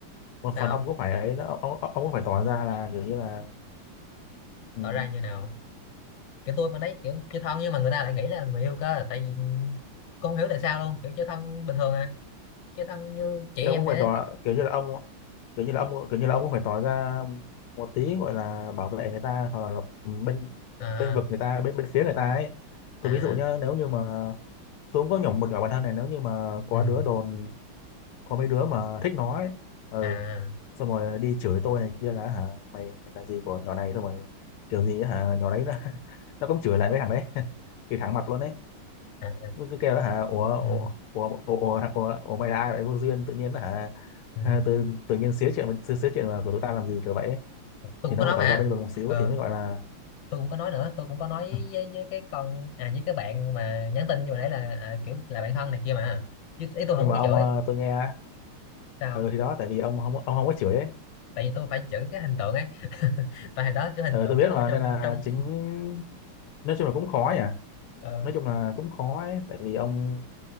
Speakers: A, on the left; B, on the left.
A: một
B: sao
A: phần ông
B: không?
A: cũng phải ấy nữa, ông, ông, ông cũng phải tỏ ra là kiểu như là ừ,
B: tỏ ra như nào kiểu tôi con đấy kiểu chơi thân nhưng mà người ta lại nghĩ là người yêu cơ tại vì con không hiểu tại sao luôn kiểu chơi thân bình thường à chơi thân như chị em
A: thì ông cũng
B: vậy
A: phải
B: đấy
A: tỏ kiểu như là ông kiểu như là ông kiểu như là ông cũng phải tỏ ra một tí gọi là bảo vệ người ta hoặc là bên
B: à
A: bên vực người ta bên bên phía người ta ấy tôi
B: à
A: ví dụ nhá nếu như mà tôi cũng có nhỏ một nhỏ bản thân này nếu như mà có
B: ừ
A: đứa đồn có mấy đứa mà thích nó ấy ừ,
B: à
A: xong rồi đi chửi tôi này kia là hả mày mày là gì của nhỏ này xong rồi kiểu gì ấy hả nhỏ đấy nó <laughs> nó cũng chửi lại mấy thằng đấy <laughs> chửi thẳng mặt luôn đấy
B: à
A: Mới cứ kêu là hả ủa
B: ừ.
A: ủa ủa ủa ủa, ủa, ủa mày là ai vậy vô duyên tự nhiên là hả
B: Ừ.
A: à, tự tự nhiên xía chuyện xía, xía chuyện mà của tụi tao làm gì kiểu vậy ấy.
B: tôi cũng
A: thì nó
B: có nói
A: phải tỏ
B: mà
A: ra bên vực một xíu
B: ờ,
A: thì mới gọi là
B: tôi cũng có nói nữa tôi cũng có nói
A: "Ừ,
B: với, với cái con à với cái bạn mà nhắn tin như hồi nãy là à, kiểu là bạn thân này kia mà chứ ý tôi
A: <laughs>
B: không
A: nhưng
B: có
A: mà
B: cái
A: ông
B: chửi
A: ờ, tôi nghe
B: sao
A: ừ thì đó tại vì ông không ông không có chửi ấy
B: tại vì tôi phải chửi cái hình tượng ấy tại hồi đó kiểu hình
A: ừ,
B: tượng
A: tôi biết
B: của tôi
A: mà
B: trong
A: nên là
B: trong
A: chính nói chung là cũng khó nhỉ
B: ờ,
A: nói chung là cũng khó ấy tại vì ông